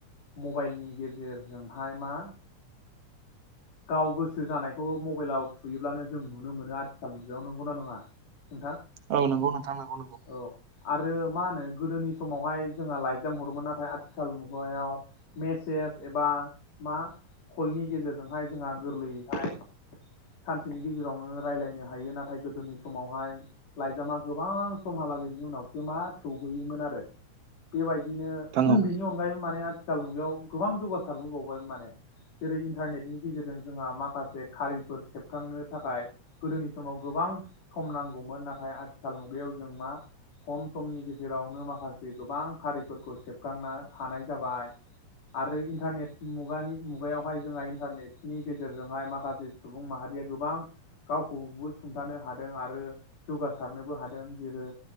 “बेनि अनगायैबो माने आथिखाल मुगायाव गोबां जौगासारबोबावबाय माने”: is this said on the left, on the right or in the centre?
Left